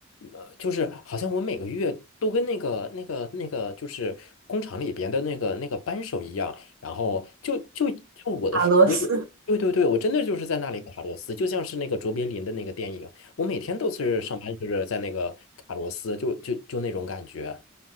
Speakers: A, on the left (about 80°); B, on the right (about 85°).
A: 呃，就是好像我每个月都跟那个那个那个就是工厂里边的那个那个扳手一样，然后就就就我的是我有，
B: 打螺丝。
A: 对对对，我真的就是在那里卡螺丝，就像是那个卓别林的那个电影，我每天都是上班就是在那个卡螺丝，就就就那种感觉，